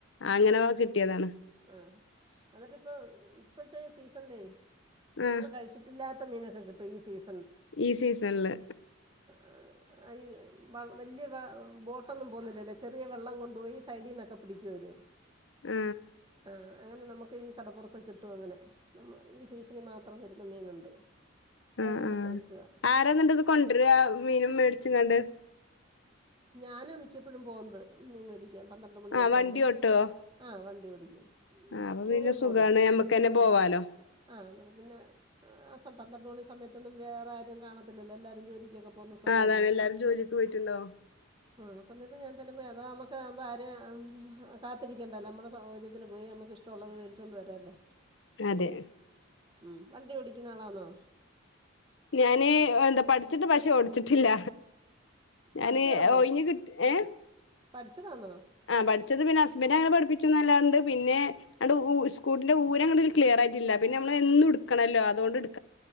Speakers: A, on the left; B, on the right.
A: അങ്ങനെവാ കിട്ടിയതാണ്
B: ആ എന്നിട്ട് ഇപ്പം ഇപ്പോഴത്തെ ഈ സീസണില്ലേ നമ്മള്
A: ആഹ്
B: കഴിച്ചിട്ടില്ലാത്ത മീനൊക്കെ കിട്ടും ഈ സീസനിൽ
A: ഈ സീസണ്ല്
B: ആ അയ് വലിയ ബോട്ടൊന്നും പോന്നുന്നില്ലല്ലോ ചെറിയ വള്ളം കൊണ്ടുപോയി സൈഡിന്ന് ഒക്കെ പിടിക്കും അവര്
A: ആ
B: ആ അങ്ങനെ നമുക്ക് ഈ കടപ്പുറത്ത് കിട്ടും അങ്ങനെ നാമ് ഈ സീസണിൽ മാത്രം വരും മീനുണ്ട്
A: ആ
B: അത് നല്ല
A: ആ
B: ടേസ്റ്റുമാണ്
A: ആരാ എന്നിട്ട് അത് കൊണ്ടുവരാ മീനും മേടിച്ചങ്ങാണ്ട്
B: ഞാനാ മിക്കപ്പോഴും പോനത് മീൻ മേടിക്കാൻ പന്ത്രണ്ട് മണിയക്കെ
A: ആഹ് വണ്ടി
B: ആവുമ്പോം
A: ഓട്ടോ
B: ആ വണ്ടി ഓടിക്കും
A: ആഹ് അപ്പൊ
B: ടു
A: പിന്നെ
B: വീലർ
A: സുഖാണ്
B: ഓടിക്കും
A: ഞമ്മക്കന്നെ
B: ആ
A: പോവാലോ
B: ആ അന്നരം പിന്നെ ആ സം പന്ത്രണ്ട്മണി സമയത്തൊന്നുംവേറെ ആരും കാണത്തില്ലല്ലോ എല്ലരും ജോലിക്കൊക്കെ പോകുന്ന സമയമല്ലേ
A: ആ അതാണ് എല്ലാരും ജോലിക്ക് പോയിട്ടുണ്ടവും
B: ആ സമയത്ത് ഞാൻ തന്നെ പോയി അതാ നമ്മക്കമ്പം ആരെയും കാ ത്തിരിക്കണ്ടല്ലോ നമ്മുടെ സൗകര്യത്തിന് പോയി നമ്മുക്ക് ഇഷ്ടവൊള്ളത് വേടിച്ചോണ്ട് വരല്ലോ
A: അതെ
B: ഉം വണ്ടി ഓടിക്കുന്ന ആളാന്നോ
A: ഞാന് എന്താ പഠിച്ചിട്ട് പക്ഷെ ഓടിച്ചിട്ടില്ല ഞാന്
B: പഠിച്ചതാണോ
A: ഒഴിഞ് കിട്ട് ഏ
B: പഠിച്ചതാന്നോ
A: ആ പഠിച്ചത് പിന്നെ പിന്നെ അനെ പഠിപ്പിച്ച നല്ലാണ്ട് പിന്നെ അ ഊ സ്കൂട്ടിന്റെ ഊര അങ്ങൂ ഒരു ക്ലിയർ ആയിട്ടില്ല പിന്നെ നമ്മൾ എന്ത് എടുക്കണല്ലോ അതൊണ്ട് എഡ്